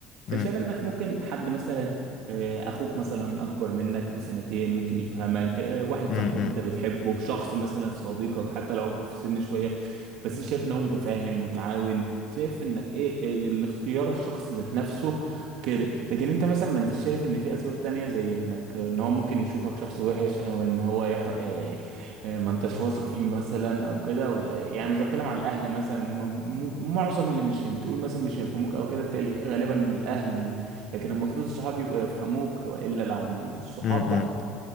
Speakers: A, on the right; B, on the left.
A: فشايف
B: م-
A: انك ممكن حد مثلا آه، اخوك مثلا اكبر منك بسنتين ممكن يفهمك آه، واحد
B: م-
A: صاحبك
B: م-
A: انت بتحبه شخص مثلا صديقك حتى لو اكبر في السن شويه بس انت شايف ان هو متفاهم متعاون شايف انك ايه آه، الاختيار الشخص ذات نفسه كده لكن انت مثلا ما انت شايف ان في اسباب تانية زي انك ان هو ممكن يشوفك شخص وحش او ان هو يح... اه، اه، ما انتش واثق فيه مثلا او كده ولا ايه؟ يعني مش بتكلم على الاهل مثلا هم م- معظم اللي مش بتقول مثلا مش هيفهموك او كده بالتالي غالبا من الاهل لكن المفروض الصحاب يبقوا يفهموك لو الا لو مش صحاب
B: م-
A: بقى
B: م.